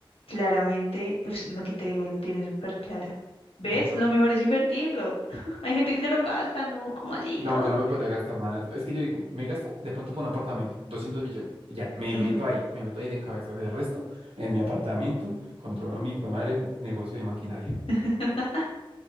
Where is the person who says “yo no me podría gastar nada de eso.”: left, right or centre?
Right